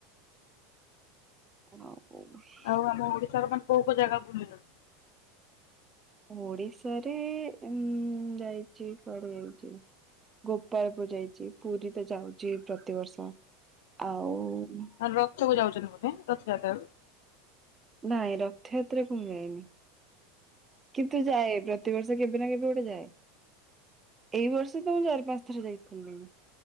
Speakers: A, on the right; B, on the left.
A: ଆଉ କୋଉ ଉଇସ୍‌?
B: ଆଉ ଆମ ଓଡିଶାର ମାନେ କୋଉ କୋଉ ଜାଗା ବୁଲିଲଣି?
A: ଓଡିଶାରେ ଏମ ଯାଇଚି କୁଆଡେ ଯାଇଚି। ଗୋପାଳପୁର ଯାଇଚି ପୁରୀ ତ ଯାଉଚି ପ୍ରତିବର୍ଷ ଆଉ
B: ଆଁ ରଥକୁ ଯାଉଚନ୍ତି ବୋଧେ ରଥଯାତ୍ରାକୁ?
A: ନାଇଁ ରଥଯାତ୍ରା କୁ ମୁଁ ଯାଇନି। କିନ୍ତୁ ଯାଏ ପ୍ରତିବର୍ଷ କେବେ ନା କେବେ ଗୋଟେ ଯାଏ। ଏଇ ବର୍ଷ ତ ମୁଁ ଚାରି ପାଞ୍ଚ ଥର ଯାଇଥ୍ଵଲିଣି।